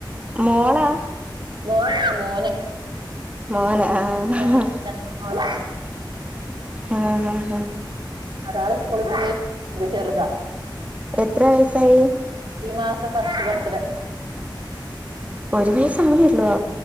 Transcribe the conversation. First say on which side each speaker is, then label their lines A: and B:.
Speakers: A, on the right; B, on the right.
A: മോളാ
B: മോനല്ല മോന്
A: മോന അ അഹ്
B: ഏ, രണ്ട് മോന്
A: ആ ഹ ഹ
B: ഒരാള് സ്കൂളിൽ പോയി ചെറുതാ
A: എത്ര വയസായി
B: ഈ മാസം ഫസ്റ്റ് ബർത്ത്ഡേ
A: ഒരു വയസ്സ് ആവുന്നേള്ളൊ